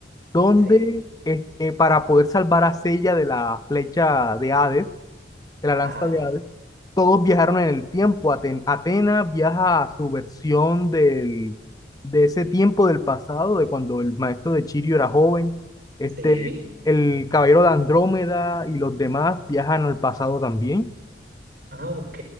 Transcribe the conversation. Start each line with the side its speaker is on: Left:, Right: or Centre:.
Left: donde
Right: sí.
Left: este, para poder salvar a Seiya de la flecha de Hades, de la
Right: Ajá,
Left: lanza de Hades, todos viajaron en el tiempo. Aten- Atenas viaja a su versión del, de ese tiempo del pasado, de cuando el maestro de Chirio era joven. Este,
Right: sí.
Left: el caballero de Andrómeda y los demás viajan al pasado también.
Right: Ah, ok.